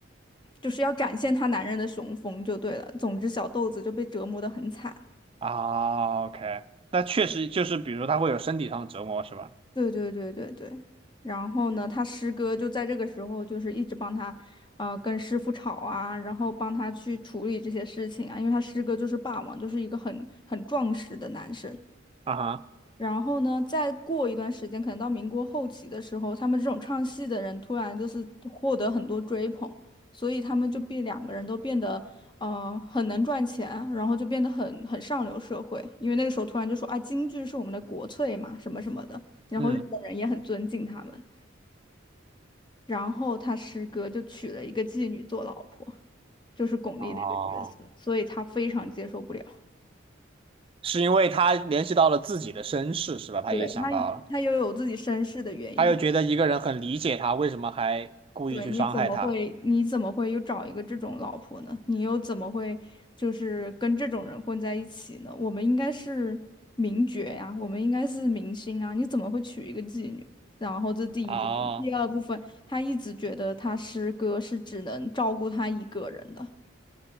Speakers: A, on the left (about 25°); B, on the right (about 30°).
A: 就是要展现他男人的雄风就对了。总之，小豆子就被折磨得很惨。
B: 啊，OK，那确实就是比如他会有身体上的折磨是吧？
A: 对对对对对，然后呢，他师哥就在这个时候就是一直帮他，呃，跟师傅吵啊，然后帮他去处理这些事情啊，因为他师哥就是霸王，就是一个很很壮实的男生。
B: 啊哈，
A: 然后呢，再过一段时间，可能到民国后期的时候，他们这种唱戏的人突然就是获得很多追捧，所以他们就变两个人都变得呃很能赚钱，然后就变得很很上流社会，因为那个时候突然就说啊，京剧是我们的国粹嘛，什么什么的，然后日本人也很尊敬他们，
B: 嗯。
A: 然后他师哥就娶了一个妓女做老婆，就是巩俐那个角色，
B: 哦
A: 所以他非常接受不了，
B: 是因为他联系到了自己的身世，是吧？他也想到了，
A: 对，他他又有自己身世的原因。
B: 他又觉得一个人很理解他，为什么还故意去伤害他？
A: 对，你怎么会，你怎么会又找一个这种老婆呢？你又怎么会就是跟这种人混在一起呢？我们应该是名角呀，我们应该是明星啊，你怎么会娶一个妓女？然后这第一部分，
B: 啊，
A: 第二部分，他一直觉得他师哥是只能照顾他一个人的，